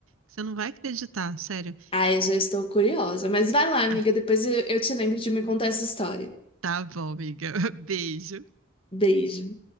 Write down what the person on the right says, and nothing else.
Você não vai acreditar, sério.
Ah,
tá bom, amiga. <laughs> Beijo.